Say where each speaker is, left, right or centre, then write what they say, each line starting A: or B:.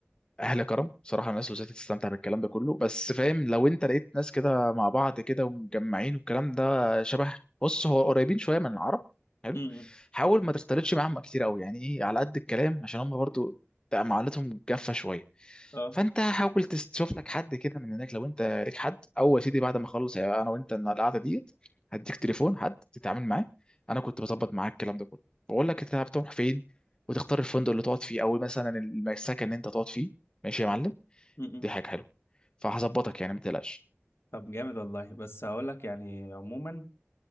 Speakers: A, on the left; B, on the left.
A: اهل كرم صراحه الناس لوزات تستمتع بالكلام ده كله بس فاهم لو انت لقيت ناس كده مع بعض كده ومجمعين والكلام ده شبه بص هو قريبين شويه من العرب حلو
B: مم.
A: حاول ما تختلطش معاهم كتير قوي يعني ايه على قد الكلام عشان هم برضو بتبقى معاملتهم جافه شويه
B: اه
A: فانت حاول تس- تشوف لك حد كده من هناك لو انت ليك حد او يا سيدي بعد ما اخلص يعني انا وانت القعده ديت هديك تليفون حد تتعامل معاه انا كنت بظبط معاك الكلام ده كله بقول لك انت بتروح فين وتختار الفندق اللي تقعد فيه او مثلا السكن اللي انت تقعد فيه ماشي يا معلم
B: مم.
A: دي حاجه حلوه فهظبطك يعني ما تقلقش
B: طب جامد والله بس هقول لك يعني عموما